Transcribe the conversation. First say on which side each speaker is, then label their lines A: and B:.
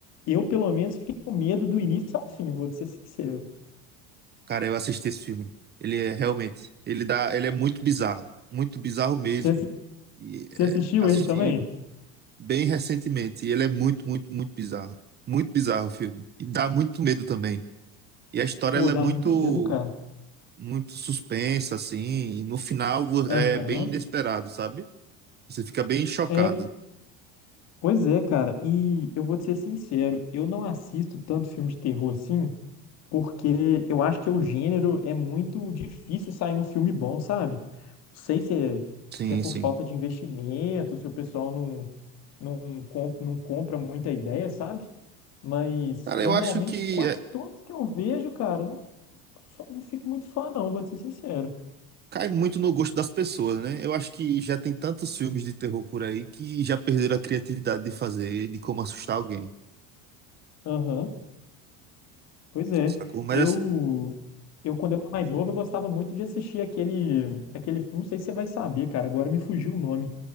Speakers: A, on the left (about 45°); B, on the right (about 25°).
A: eu pelo menos fiquei com medo do início ao fim, vou te ser sincero.
B: cara, eu assisti esse filme. Ele é realmente, ele dá, ele é muito bizarro, muito bizarro mesmo.
A: Você, assi-
B: E
A: você
B: é,
A: assistiu
B: assistir
A: ele também?
B: bem recentemente. E ele é muito, muito, muito bizarro. Muito bizarro o filme. E dá muito medo também. E a história
A: Pô,
B: ela
A: dá
B: é muito,
A: muito medo, cara.
B: muito suspensa, assim. E no final vo-
A: Aham.
B: é bem inesperado, sabe? Você fica bem chocado.
A: É, pois é, cara. E eu vou te ser sincero, eu não assisto tanto filme de terror assim, porque eu acho que o gênero é muito difícil sair um filme bom, sabe? Não sei se é,
B: Sim,
A: se é por
B: sim.
A: falta de investimento, se o pessoal não, não, comp- não compra muita ideia, sabe? Mas
B: Cara,
A: normalmente
B: eu acho que
A: quase
B: é,
A: todos que eu vejo, cara, não, só não fico muito fã, não, vou te ser sincero.
B: cai muito no gosto das pessoas, né? Eu acho que já tem tantos filmes de terror por aí que já perderam a criatividade de fazer, de como assustar alguém.
A: Aham, pois é.
B: Sacou? Mas
A: Eu,
B: assim,
A: eu, quando eu era mais novo, eu gostava muito de assistir aquele, aquele. Não sei se você vai saber, cara, agora me fugiu o nome.